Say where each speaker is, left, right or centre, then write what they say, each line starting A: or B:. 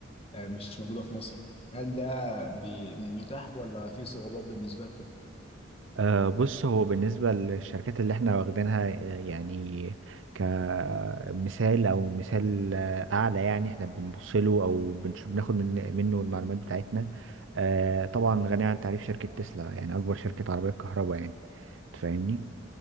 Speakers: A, on the left (about 30°); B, on the right (about 70°).
A: آه، مش موجوده في مصر هل ده بي- متاح ولا في صعوبات بالنسبه لكم؟
B: آه، بص هو بالنسبة للشركات اللي احنا واخدينها آه، يعني كمثال او مثال آه، اعلى يعني احنا بنبص له او بنش- بناخد من منه المعلومات بتاعتنا آه، طبعا غنية عن التعريف شركة تسلا يعني اكبر شركة عربية كهرباء يعني تفهمني